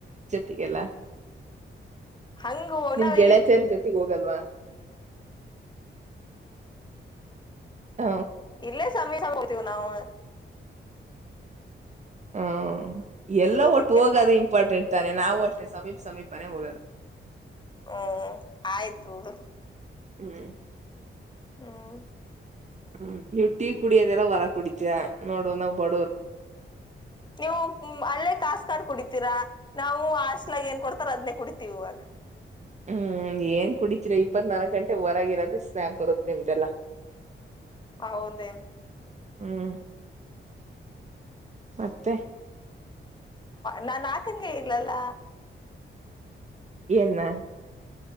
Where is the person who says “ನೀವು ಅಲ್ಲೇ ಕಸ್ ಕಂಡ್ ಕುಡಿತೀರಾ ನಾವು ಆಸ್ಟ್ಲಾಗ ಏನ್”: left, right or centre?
Left